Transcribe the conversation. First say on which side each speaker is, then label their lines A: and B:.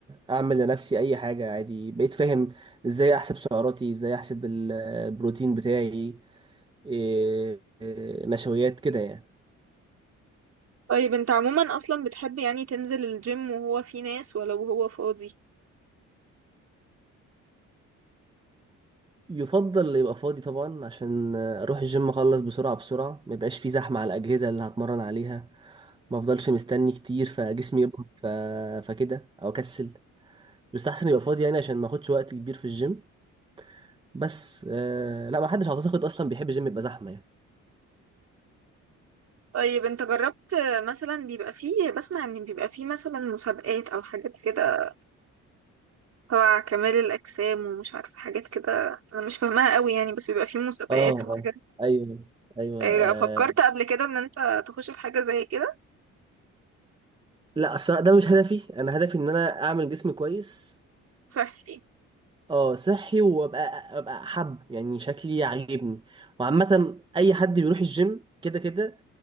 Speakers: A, on the right; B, on the right.
A: اعمل لنفسي اي حاجة عادي بقيت فاهم ازاي احسب سعراتي ازاي احسب البروتين بتاعي إيه- إيه، نشويات كده يعني
B: طيب انت عموما اصلا بتحب يعني تنزل الجيم وهو في ناس ولو هو فاضي
A: يفضل يبقى فاضي طبعا عشان اروح الجيم اخلص بسرعه بسرعه ما يبقاش فيه زحمه على الاجهزه اللي هتمرن عليها ما افضلش مستني كتير فجسمي يبقى ف... فكده او اكسل يستحسن يبقى فاضي يعني عشان ما اخدش وقت كبير في الجيم بس آه لا ما حدش اعتقد اصلا بيحب الجيم يبقى زحمه يعني
B: طيب انت جربت مثلا بيبقى فيه بسمع ان بيبقى فيه مثلا مسابقات او حاجات كده تبع كمال الاجسام ومش عارفه حاجات كده انا مش فاهماها قوي يعني بس بيبقى فيه مسابقات
A: اه
B: وحاجات
A: اه ايوه ايوه
B: ايه،
A: آه.
B: فكرت قبل كده ان انت تخش في حاجه زي كده
A: لا الصراحه ده مش هدفي انا هدفي ان انا اعمل جسم كويس
B: صحي
A: اه صحي وابقى ابقى حب يعني شكلي عاجبني وعامة اي حد بيروح الجيم كده كده